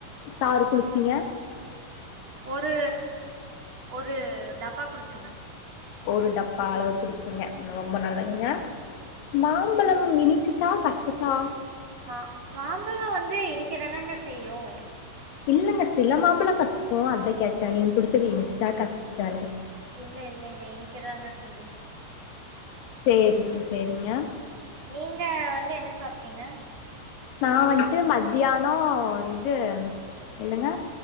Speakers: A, on the left; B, on the right.
A: சாறு குடிச்சிங்க
B: ஒரு ஒரு டப்பா குடிச்சங்க
A: ஒரு டப்பா அளவு குடிச்சீங்க ரொம்ப நல்லதுங்க மாம்பழம் இனிச்சு சா கசக்குச் சா
B: மா மாம்பழ வந்து இனிக்க தானேங்க செய்யு
A: இல்லங்க சில மாம்பழ கசக்கு அத கேட்ட நீங்க குடிச்சது இனிச்சு சா கசக்கு சானு
B: இல்ல இல்லைங்க இனிக்கதாங்க செஞ்சிச்சி
A: சேரிங்க சேரிங்க
B: நீங்க வந்து என்ன சாப்பிட்டீங்க
A: நா வன்ட்டு மத்தியானோ இது என்னங்க